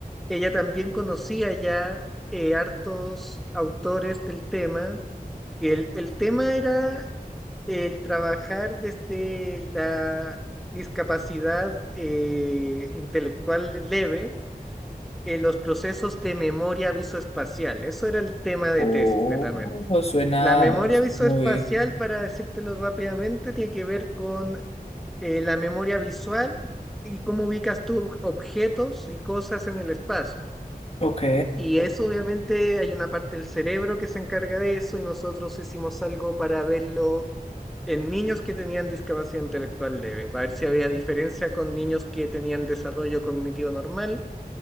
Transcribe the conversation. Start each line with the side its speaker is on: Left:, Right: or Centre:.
Centre: ella también conocía ya eh, hartos autores del tema. que El, el tema era el trabajar desde la discapacidad eh, intelectual leve, eh, los procesos de memoria visoespacial. Eso era el tema de
Left: Oh,
Centre: tesis, netamente.
Left: suena
Centre: La memoria visoespacial,
Left: muy...
Centre: para decírtelo rápidamente, tiene que ver con eh, la memoria visual y cómo ubicas tú ob- objetos y cosas en el espacio.
Left: Ok.
Centre: Y eso obviamente hay una parte del cerebro que se encarga de eso y nosotros hicimos algo para verlo en niños que tenían discapacidad intelectual leve, para ver si había diferencia con niños que tenían desarrollo cognitivo normal.